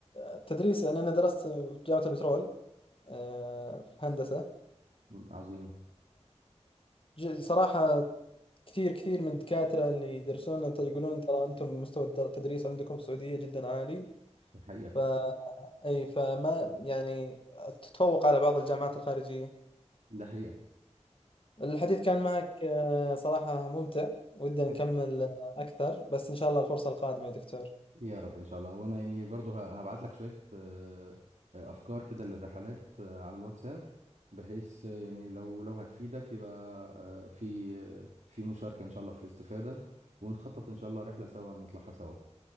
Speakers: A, on the left; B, on the right.
A: التدريس يعني انا درست في جامعة البترول آه، في هندسة
B: م- عظيم
A: فصراحة كثير كثير من الدكاترة اللي يدرسون ت- يقولون ترى انتم مستوى الد- التدريس عندكم في السعودية جدا عالي
B: دي حقيقة
A: ف اي فما يعني تتفوق على بعض الجامعات الخارجية
B: ده حقيقة
A: الحديث كان معك آه، صراحة ممتع ودنا
B: إيه،
A: نكمل آه، أكثر بس إن شاء الله الفرصة القادمة يا دكتور
B: يا رب ان شاء الله وانا يعني برضو هبعت لك شوية آه، آه، افكار كده للرحلات آه، على الواتساب بحيث آه، يعني لو لو هتفيدك يبقى آه، في آه، في مشاركة ان شاء الله في الاستفادة ونخطط ان شاء الله رحلة سوا نطلعها سوا